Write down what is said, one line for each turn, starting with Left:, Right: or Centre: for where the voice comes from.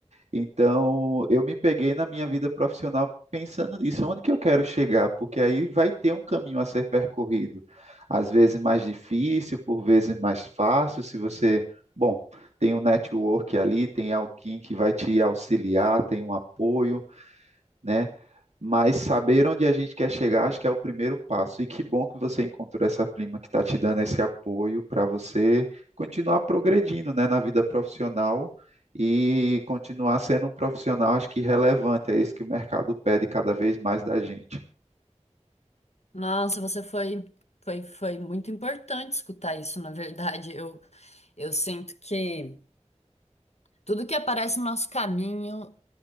Right: Então, eu me peguei na minha vida profissional pensando nisso, onde que eu quero chegar? Porque aí vai ter um caminho a ser percorrido, às vezes mais difícil, por vezes mais fácil, se você, bom, tem um network ali, tem alguém que vai te auxiliar, tem um apoio, né? Mas saber onde a gente quer chegar, acho que é o primeiro passo. E que bom que você encontrou essa prima que está te dando esse apoio para você continuar progredindo, né, na vida profissional e continuar sendo um profissional, acho que relevante. É isso que o mercado pede cada vez mais da gente.
Left: Nossa, você foi, foi, foi muito importante escutar isso, na verdade. Eu, eu sinto que tudo que aparece no nosso caminho